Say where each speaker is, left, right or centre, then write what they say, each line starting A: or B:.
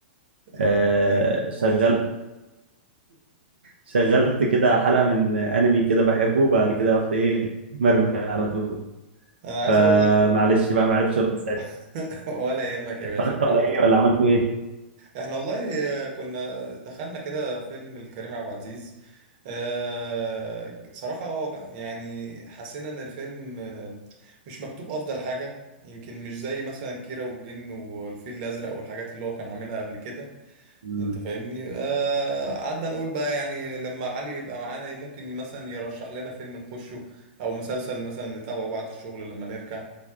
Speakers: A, on the right; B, on the right.
A: <laughs>
B: آه،
A: طب
B: شغل
A: آه،
B: شغلت كده حلقة من انمي كده بحبه بعد كده رحت ايه مرمي على طول
A: انا عايز
B: فمعلش
A: اقول لك
B: بقى ما عرفتش ارد ساعتها
A: <laughs> ولا يهمك يا
B: اتفرجت
A: باشا براحتك
B: على ايه ولا عملتوا ايه
A: احنا والله آه، كنا دخلنا كده فيلم الكريم عبد العزيز آه، صراحة هو يعني حسينا ان الفيلم آه، مش مكتوب افضل حاجة يمكن مش زي مثلا كيرة والجن والفيل الازرق والحاجات اللي هو كان عاملها قبل كده
B: مم،
A: انت فاهمني آه قعدنا نقول بقى يعني لما علي يبقى معانا ممكن مثلا يرشح لنا فيلم نخشه او مسلسل مثلا نتابعه بعد الشغل لما نرجع